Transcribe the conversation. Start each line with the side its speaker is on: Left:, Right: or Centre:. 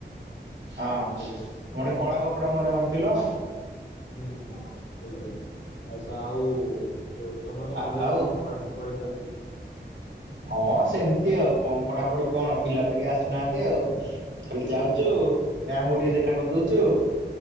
Right: ହଁ
Left: ଅଛି।
Right: ଗୋଟେ କଳା
Left: ହଁ।
Right: କପଡ଼ା ମୁହଁରେ ବାନ୍ଧିଥିଲ।
Left: ହୁଁ ହୁଁ ଆଛା ଆଉ ଯୋଉ ତମର
Right: ଆ
Left: କଲେଜରେ
Right: ଆଉ
Left: କଣ ପଢା ପଢ଼େଇ ଚାଲିଛି।
Right: ହଁ ସେମିତି ଆଉ କଣ ପଢ଼ା ପଢ଼ି କଣ ପିଲା ତ କେହି ଆସୁନାହାନ୍ତି ଆଉ। କାଲି ଯାଉଛୁ
Left: ଆ,
Right: ମ୍ୟାମକୁ ଟିକେ ଦେଖା କରିଦଉଛୁ।